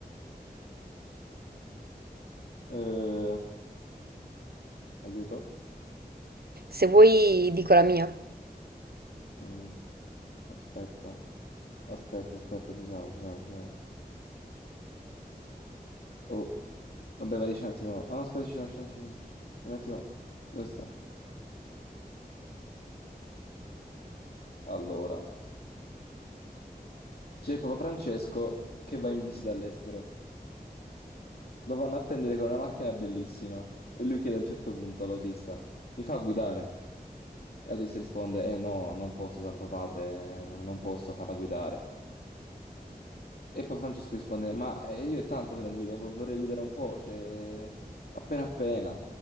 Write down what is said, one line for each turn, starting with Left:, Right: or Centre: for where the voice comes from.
Left: Eh, aiuto.
Right: Se vuoi dico la mia.
Left: Mm, aspetta, aspetta, aspetta, ci sono, ci sono, ci sono. Oh, vabbè, vai, dici un attimo. Ah, no, aspetta, ci sono, ci sono, ci sono. ci sono. Un attimo, dove sta? Allora, c'è Papa Francesco che va in visita all'estero. Lo vanno a prendere con una macchina bellissima e lui chiede a un certo punto all'autista, mi fa guidare? E l'autista risponde, eh no, non posso, Santo Padre, eh, non, non posso farla guidare. E Papa Francesco risponde, ma eh, io è tanto che non guido, vo- vorrei guidare un po', cioè appena appena.